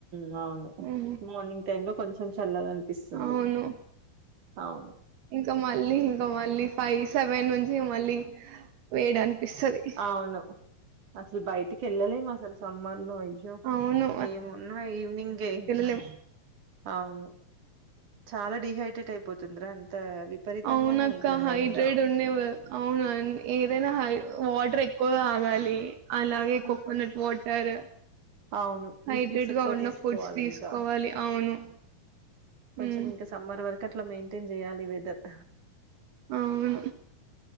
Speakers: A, on the right (about 50°); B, on the right (about 80°).
A: ఊ అవును
B: ఉమ్
A: మార్నింగ్ టైమ్ లో కొంచెం చల్లదనిపిస్తుంది
B: అవును
A: అవును
B: ఇంకా మళ్ళీ ఇంకా మళ్ళీ ఫైవ్ సెవెన్ నుంచి మళ్ళీ వేయడాను ఇస్తది
A: అవును అసలు బయటికి వెళ్ళలేము అసలు సమ్మర్లో అయ్యో
B: అవును.
A: ఏమున్నా ఈవినింగ్ ఏ ఇంకా
B: ఆం
A: అవును చాలా డిహైడ్రేట్ అయిపోతుందిరా అంత విపరీతంగానే
B: అవున అక్క
A: ఉంటుంది
B: హైడ్రేడ్
A: ఎండ
B: ఉండేవి అవున ఆన్ ఏదైనా హై వాటర్ ఎ ఎక్కువ తగాలి అలాగే
A: ఉమ్
B: కోకోనట్ వాటర్
A: అవును
B: హైట్
A: లిక్విడ్స్
B: రేట్
A: ఎక్కువ
B: గా ఉన్న
A: తీసుకోవాలి
B: ఫుడ్స్ తీసుకోవాలి
A: ఇంకా
B: అవును
A: కొంచెం
B: హ్మ్.
A: ఇంకా సమ్మర్ వరకు అట్లా మెయింటెన్ చేయాలి వెదర్
B: అవును